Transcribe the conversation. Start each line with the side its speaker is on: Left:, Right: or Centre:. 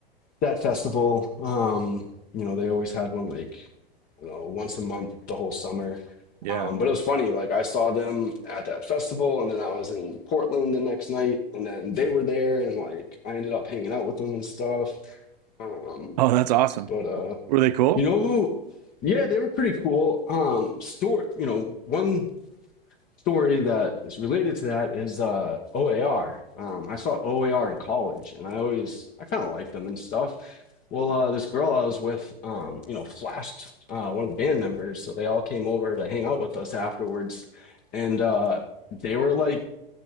Left: that festival. Um, you know, they always had one like, you know, once a month the whole summer.
Right: Yeah.
Left: Um, but it was funny, like I saw them at that festival and then I was in Portland the next night and then they were there and like I ended up hanging out with them and stuff. Um,
Right: Oh, that's awesome.
Left: but uh,
Right: Were they cool?
Left: you know who? Yeah, they were pretty cool. Um, Stuart, you know, one story that is related to that is uh, OAR. Um, I saw OAR in college, and I always I kind of liked them and stuff. Well, uh, this girl I was with, um, you know, flashed uh, one of the band members, so they all came over to hang out with us afterwards, and uh, they were like